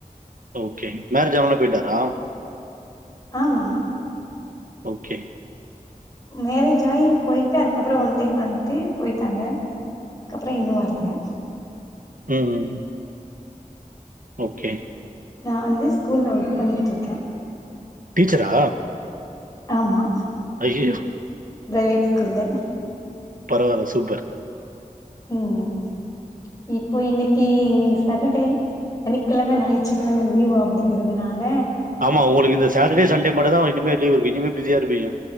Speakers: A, on the right (about 70°); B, on the left (about 25°).
A: ஓகே மேரேஜ் ஆனவொன்ன போய்ட்டாரா
B: ஆமா
A: ஓகே
B: மேரேஜ் ஆயி போயிட்டு அதுக்கப்பறோ ஒன் டைம் வந்துட்டு போய்ட்டாங்க கப்பறோ இன்னு வரல
A: ம் ம் ஓகே
B: நா வந்து ஸ்கூல்ல ஒர்க் பண்ணிட்ருக்கே
A: டீச்சரா
B: ஆமா
A: ஐயயோ!
B: பிரைவேட் ஸ்கூல்ல
A: பரவாயில்ல சூப்பர்
B: ம் ம் இப்போ இன்னக்கி சாட்டர்டே சனிக்கிழம ஞாயிற்றுக்கிழம லீவு அப்டிங்கிறதுனால
A: ஆமா உங்களுக்கு இந்த சாட்டர்டே சண்டே மட்டுதா இனிமே லீவு இருக்கு இனிமே பிஸியா இருப்பீங்க